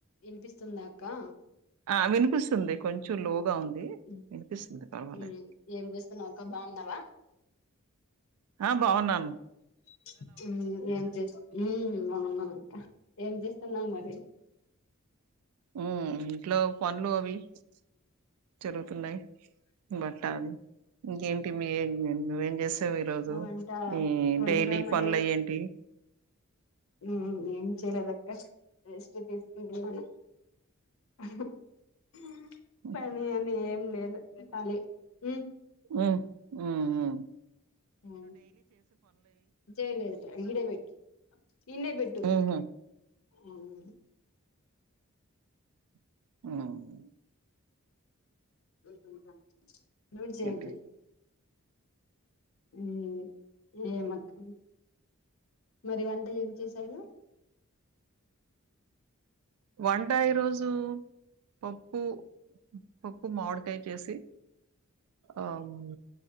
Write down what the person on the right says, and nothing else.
ఆ వినిపిస్తుంది. కొంచెం
లోగా ఉంది.
వినిపిస్తుంది పర్వాలేదు.
ఆ బాగున్నాను
హ్మ్ ఇంట్లో పన్లు అవి ప్చ్ జరుగుతున్నాయి. హ్మ్ బట్టలు హ్మ్ ఇంకేంటి మీర్ నువ్వేం చేస్ <unintelligible> ఈ రోజు
మీ
డైలీ
పనులై ఏంటివి
హ్మ్.
హ్మ్ హ్మ్ హ్
హుహు.
హ్మ్
ఇంకేంటి?
వంట ఈరోజు పప్పు హ్మ్ పప్పు, మామిడికాయ చేసి ఆమ్మ్